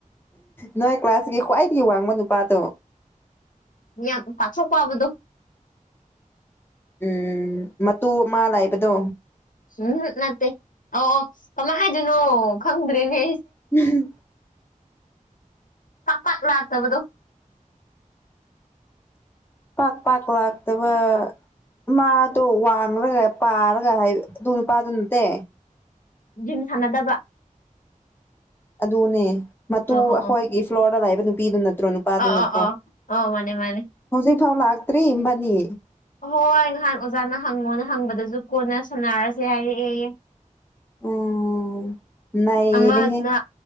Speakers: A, on the left; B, on the left.
A: ꯅꯣꯏ ꯀ꯭ꯂꯥꯁꯀꯤ ꯈ꯭ꯋꯥꯏꯗꯒꯤ ꯋꯥꯡꯕ ꯅꯨꯄꯥꯗꯣ
B: ꯑ ꯄꯥꯆꯣ ꯀꯣꯕꯗꯗꯨ
A: ꯎꯝ ꯃꯇꯨ ꯑꯃ ꯂꯥꯏꯕꯗꯣ
B: ꯎꯝ ꯅꯠꯇꯦ ꯑꯧ ꯀꯃꯥꯏ ꯍꯥꯏꯗꯣꯏꯅꯣ ꯈꯪꯗ꯭ꯔꯤꯅꯦ
A: ꯎꯝ
B: ꯄꯥꯛꯀꯛ ꯂꯥꯛꯇꯕꯗꯣ
A: ꯄ ꯄꯥ ꯂ ꯑꯗꯨꯕ ꯃꯥꯗꯣ ꯋꯥꯡ꯭ꯔꯒ ꯄꯥꯔꯒ ꯍꯥꯏ ꯑꯗꯨꯅ ꯄꯥꯗꯨ ꯅꯠꯇꯦ
B: ꯖꯤꯝ ꯁꯥꯟꯅꯗꯕ
A: ꯑꯗꯨꯅꯦ ꯃꯇꯨ
B: ꯑꯣ ꯑꯣ
A: ꯑꯩꯈꯣꯏꯒꯤ
B: ꯑꯣ
A: ꯐ꯭ꯂꯣꯔꯗ ꯂꯥꯛꯏꯕ ꯅꯨꯄꯤꯗꯨ ꯅꯠꯇ ꯅꯠꯇ꯭ꯔꯣ ꯅꯨꯄꯥꯗꯨ
B: ꯑꯥ
A: ꯅꯠꯇ꯭ꯔꯣ
B: ꯑꯥ ꯑꯥ ꯑꯧ ꯃꯥꯅꯦ ꯃꯥꯅꯦ
A: ꯍꯧꯖꯤꯛ ꯐꯥꯎ ꯂꯥꯛꯇ꯭ꯔꯤ ꯏꯕꯥꯅꯤ
B: ꯑꯍꯣꯏ ꯉꯍꯥꯟ ꯑꯣꯖꯥꯅ ꯍꯪꯉꯣꯅ ꯍꯪꯕꯗꯁꯨ ꯀꯣꯟꯅ ꯁꯥꯟꯅꯔꯁꯦ ꯍꯥꯏꯔꯛꯑꯦ
A: ꯎꯝ ꯅꯩꯔꯦꯍꯦ
B: ꯑꯃꯗꯨꯅ